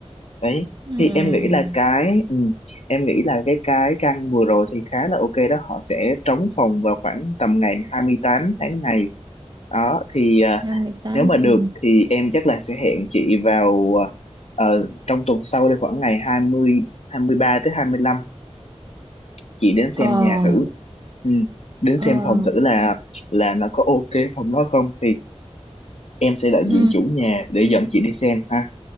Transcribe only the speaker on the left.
đấy
thì em nghĩ là cái ừ, em nghĩ là cái cái căn vừa rồi thì khá là ok đó họ sẽ trống phòng vào khoảng tầm ngày 28 tháng này đó thì à,
nếu mà được
thì em chắc là sẽ hẹn chị vào à, ờ, trong tuần sau đây khoảng ngày hai hai mươi hai mươi ba tới hai mươi lăm chị đến xem
nhà thử ừ. đến
xem phòng thử là là nó có ok phòng đó không thì em sẽ đại
diện chủ nhà để dẫn chị đi xem ha